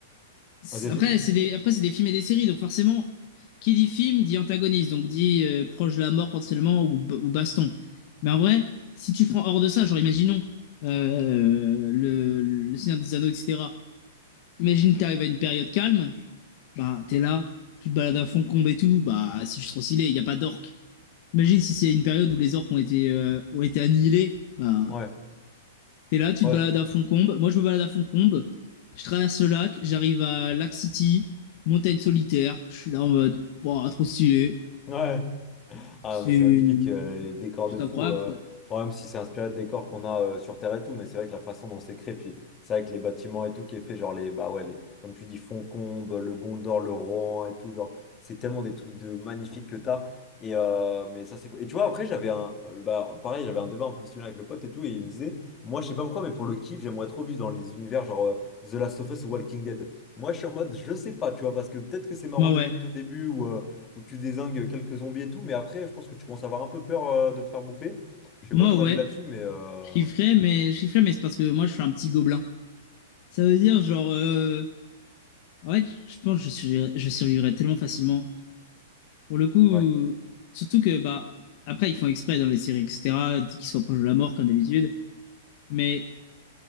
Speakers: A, on the left; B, on the left.
A: c'est-
B: Vas-y, vas-y.
A: Après, c'est des, après, c'est des films et des séries, donc forcément, qui dit film dit antagoniste, donc dit euh, proche de la mort potentiellement ou, b- ou baston. Mais en vrai, si tu prends hors de ça, genre imaginons euh, euh, le, le Seigneur des Anneaux, etc. Imagine t'arrives à une période calme, bah t'es là, tu te balades à Fontcombe et tout, bah c'est juste trop stylé, il n'y a pas d'orques. Imagine si c'est une période où les orques ont été, euh, ont été annihilés, bah
B: Ouais,
A: T'es là, tu
B: ouais,
A: te balades à Foncombe. Moi, je me balade à Foncombe. Je traverse le lac, j'arrive à Lac City, montagne solitaire. Je suis là en mode, wow, trop stylé.
B: ouais. Ah,
A: C'est
B: mais c'est magnifique, euh, les décors
A: c'est
B: de fou.
A: incroyable.
B: euh, bon, même si c'est inspiré de décors qu'on a euh, sur Terre et tout, mais c'est vrai que la façon dont c'est créé, puis c'est avec les bâtiments et tout qui est fait, genre les, bah ouais, les, comme tu dis, Foncombe, le Gondor, le Rohan et tout, genre, c'est tellement des trucs de magnifiques que t'as. Et, euh, mais ça, c'est fou. Et tu vois, après, j'avais un, euh, bah, pareil, j'avais un débat un peu similaire avec le pote et tout, et il me disait, moi, je sais pas pourquoi, mais pour le kiff, j'aimerais trop vivre dans les univers genre euh, The Last of Us ou Walking Dead. Moi, je suis en mode, je sais pas, tu vois, parce que peut-être que c'est marrant
A: Moi,
B: deux
A: ouais.
B: minutes au début où tu désingues quelques zombies et tout, mais après, je pense que tu commences à avoir un peu peur euh, de te faire bouffer. Je sais
A: Moi,
B: pas ton avis
A: ouais.
B: là-dessus, mais euh,
A: Je kifferais, mais je kifferais, mais c'est parce que moi, je suis un petit gobelin. Ça veut dire, genre, euh, en fait, je pense que je survivrais, je survivrais tellement facilement. Pour le coup,
B: ouais.
A: surtout que, bah, après, ils font exprès dans les séries, etc., qu'ils soient proches de la mort, comme d'habitude. Mais